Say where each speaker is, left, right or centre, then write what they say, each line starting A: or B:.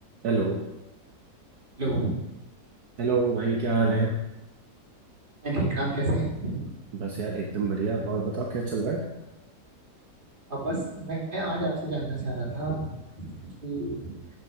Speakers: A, on the right; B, on the right.
A: हेलो
B: Hello
A: हेलो भाई क्या हाल है
B: मैं ठीक आप कैसे हैं
A: बस यार एकदम बढ़िया और बताओ क्या चल रहा है
B: आ, बस मैं आज आपसे जानना चाह रहा था कि